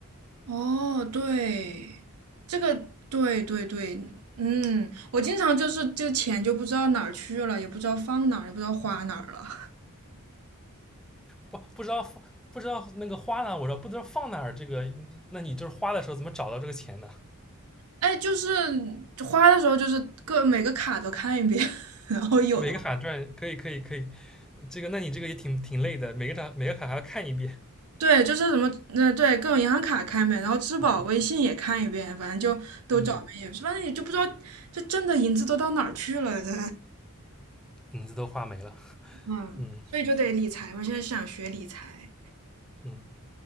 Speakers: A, on the right; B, in the centre.
A: 哦，对，这个对对对，嗯，我经常就是这钱就不知道哪儿去了，也不知道放哪儿，也不知道花哪儿了。
B: 不不知道放不知道那个花呢？我说不知道放哪儿，这个那你就是花的时候怎么找到这个钱呢？
A: 哎，就是花的时候，就是各每个卡都看一遍，<laughs> 然后有的
B: 每个卡赚可以可以可以，这个那你这个也挺挺累的，每个卡每个卡还要看一遍。
A: 对，就是什么，呃，对，各种银行卡看一遍，然后支付宝、
B: 嗯
A: 微信也看一遍，反正就都找一是，
B: 嗯，
A: 也反正也就不知道这挣的银子都到哪儿去了，这，
B: 影子都画没了。
A: 嗯，
B: 嗯
A: 所以就得理财嘛，现在想学理财，
B: 嗯